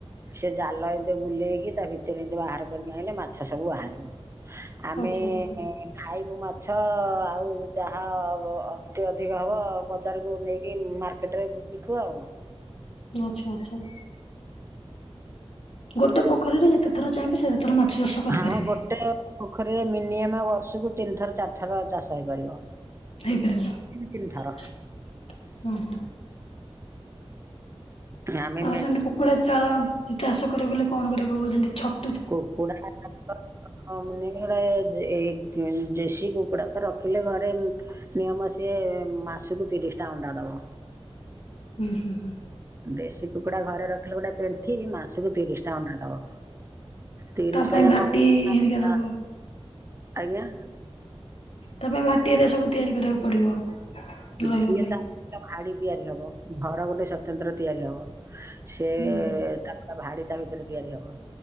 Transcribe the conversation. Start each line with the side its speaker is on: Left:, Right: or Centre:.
Right: ସେ ଜାଲ ଏମିତି ବୁଲେଇକି ତା ଭିତରେ ଏମିତି ବାହାର କରିକି ଆଇଁଲେ ମାଛ ସବୁ ବାହାରିବ। ଆମେ
Left: ଆଚ୍ଛା ଆଚ୍ଛା
Right: ଏ ଖାଇବୁ ମାଛ ଆଉ ଯାହା ଅବ୍ ଅତି ଅଧିକ ହବ ବଜାରକୁ ନେଇକି ମାର୍କେଟ ରେ ବିକି ବୁ ଆଉ କଣ
Left: ଆଚ୍ଛା ଆଚ୍ଛା। ଗୋଟେ ପୋଖରୀ ରେ ଯେତେ ଥର ଚାହିଁବେ ସେତେ ଥର ମାଛ ଚାଷ କରିପାରିବେ।
Right: ହଁ ଗୋଟେ ପୋଖରୀରେ ମିନିମମ ବର୍ଷକୁ ତିନି ଥର ଚାରିଥର ଚାଷ ହେଇପାରିବ।
Left: ହେଇପାରିବ
Right: ତିନି ଥର
Left: ଓ ହୋ।
Right: ଆମେ
Left: ଆଉ ସେମିତି କୁକୁଡା ଚାଳ ଚାଷ କରିବାକୁ ହେଲେ କଣ କରିବାକୁ ହବ? ଯେମିତି ଛ
Right: କୁକୁଡ଼ା ଚାଷ ହଁ ମାନେ ଏଇ ଇଁ ଦେଶୀ କୁକୁଡା ତ ରଖିଲେ ଘରେ ଉଁ ନିୟମ ସିଏ ମାସକୁ ତିରିଶ ଟା ଅଣ୍ଡା ଦବ
Left: ହୁଁ ହୁଁ ହୁଁ
Right: ଦେଶୀ କୁକୁଡା ଘରେ ରଖିଲେ ଗୋଟେ ପେଣ୍ଠି ମାସକୁ ତିରିଶି ଟା ଅଣ୍ଡା ଦବ। ତିରିଶ
Left: ତା ପାଇଁ
Right: ଟା ଯାକ
Left: ଭାଟି ହେରିକା ସବୁ
Right: ଅ ଆଜ୍ଞା।
Left: ତା ପାଇଁ ଭାଟିରେ ସବୁ ତିଆରି କରିବାକୁ ପଡିବ ରହିବା
Right: ସିଏ
Left: ପାଇଁ।
Right: ତା ଭାଡି ତିଆରି ହବ ଘର ଗୋଟେ ସ୍ଵତନ୍ତ୍ର ତିଆରି ହବ ସେ
Left: ହୁଁ
Right: ତା ଭାଡି ତା ଭିତରେ ତିଆରି ହବ